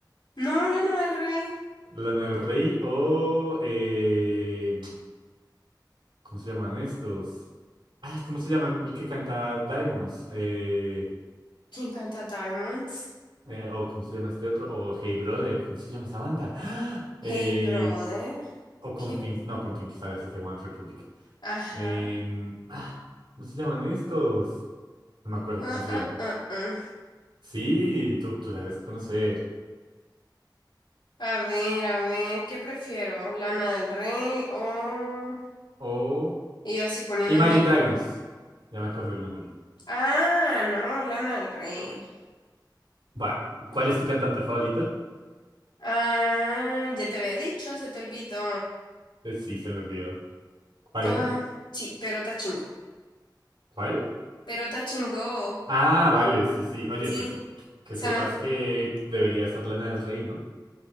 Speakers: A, on the left; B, on the right.
A: No, Lana del Rey.
B: ¿Lana del Rey o... Eh... ¿Cómo se llaman estos? Ay, ¿cómo se llaman el que canta Diamonds? Eh,
A: ¿Quién canta Diamonds?
B: eh, o ¿cómo se llama este otro? O Hey Brother, ¿cómo se llama esa banda? ¡Ah! Eh,
A: Hey, brother.
B: o Counting,
A: ¿Qué?
B: no, Counting Stars es de One Republic.
A: Ajá.
B: En- ah, ¿cómo se llaman estos? No me acuerdo
A: Ah,
B: cómo se
A: ah,
B: llaman.
A: ah, ah.
B: Sí, tú, tú la debes conocer.
A: A ver, a ver, ¿qué prefiero? ¿Lana del Rey o...?
B: O
A: Y yo así poniéndome...
B: Imagine Dragons. Ya me acuerdo el nombre.
A: Ah, no, Lana del Rey.
B: Va, ¿cuál es tu cantante favorito?
A: Ah, ya te había dicho, se te olvidó.
B: Eh, sí, se me olvidó. ¿Cuál
A: Ah,
B: era?
A: sí, pero está chingón.
B: ¿Cuál?
A: Pero Tachingo,
B: Ah, vale, sí, sí. Oye,
A: sí,
B: pues que
A: son
B: sepas
A: las...
B: que debería ser Lana del Rey, ¿no?